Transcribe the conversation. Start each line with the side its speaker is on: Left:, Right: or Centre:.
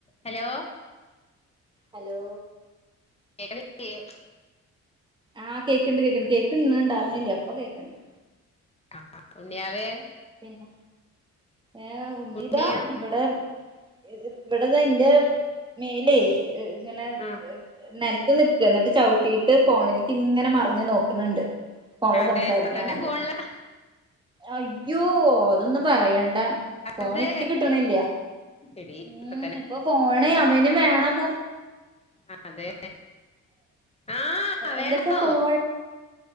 Left: Hello
Right: hello
Left: <unintelligible>
Right: ആഹ് കേക്ക്ണ്ട് കേക്ക്ണ്ട്. കേക്ക്ന്ന്ണ്ടാർന്നില്ല പ്പൊ കേക്ക്ണ്ട്.
Left: ആഹ് ഉണ്ണിയാവേ
Right: പിന്നെ ഏ ഉണ്ണിതാ
Left: ഉണ്ണിയാ
Right: വിടെ ഇവിടെ താ ന്റെ മേലെ ഇങ്ങനെ
Left: ആ
Right: നൽത്ത് നിക്ക ന്നിട്ട് ചവ്ട്ടിയിട്ട് ഫോണിൽ ഇങ്ങനെ മർഞ്ഞു നോക്ക്ണ് ണ്ട് ഫോണ്ല്
Left: അതെ
Right: സംസാരിക്കണ
Left: ഇപ്പ തന്നെ
Right: കണ്ട
Left: ഫോണില
Right: അയ്യോ അതൊന്നും പറയണ്ട. ഫോണിക്ക്
Left: അതെ
Right: കിട്ട്ണില്ല.
Left: എടി
Right: ഉം
Left: ഇപ്പ
Right: ഇപ്പൊ ഫോണ് അവന് വേണം പ
Left: ആഹ് അതെ ആ വേണോ
Right: എന്താച്ചാ ഫോണ്